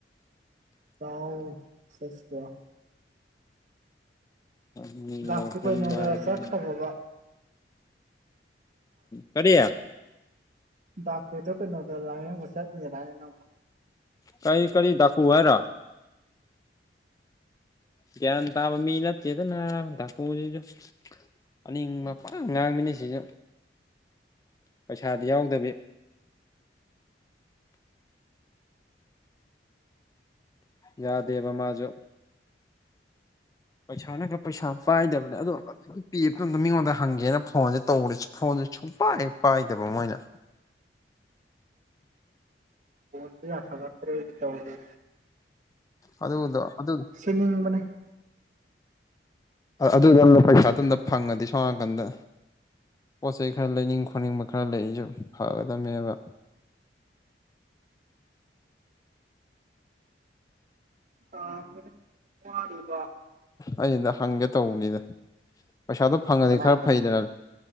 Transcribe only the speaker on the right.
<unintelligible>
ꯗꯥꯛꯀꯨ ꯀꯩꯅꯣꯗ ꯆꯠꯈ꯭ꯔꯕꯕ
ꯗꯥꯛꯈꯣꯗ ꯀꯩꯅꯣꯗ ꯂꯥꯏꯌꯦꯛꯕ ꯆꯠꯅꯤ ꯑꯗꯥꯏꯅꯦ ꯅꯪꯕꯣ
ꯐꯣꯟ ꯁꯨ ꯌꯥꯁꯤꯜꯂꯛꯇꯔ꯭ꯦ ꯇꯧꯔꯤꯁꯦ
ꯁꯤꯟꯅꯤꯡꯕꯅꯦ
ꯇꯟꯕꯅꯥ ꯋꯔꯤꯕꯥ
ꯀꯅꯥꯗꯅꯣ